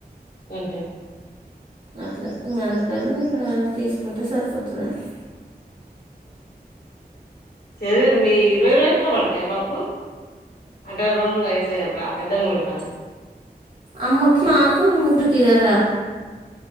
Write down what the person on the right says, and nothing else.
అట్లా ఇంకా అందుకని తీసుకుంటే సరిపోతుందండి
అమ్మకి మాకు ముగ్గురికి కదరా